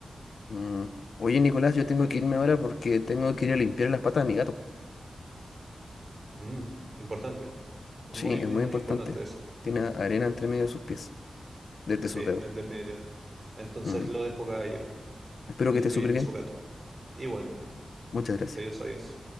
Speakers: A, on the left (about 75°); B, on the right (about 35°).
A: Mm. Oye, Nicolás, yo tengo que irme ahora porque tengo que ir a limpiar las patas de mi gato.
B: Mm, importante. Muy,
A: Sí,
B: muy,
A: es muy
B: muy
A: importante.
B: importante eso.
A: Tiene arena entre medio de sus pies, desde sus
B: Sí,
A: dedos.
B: en definitiva. Entonces
A: Mm.
B: lo dejo, caballero.
A: Espero
B: Limpie
A: que esté súper
B: bien
A: bien.
B: a su gato. Igualmente.
A: Muchas gracias.
B: Adiós, adiós.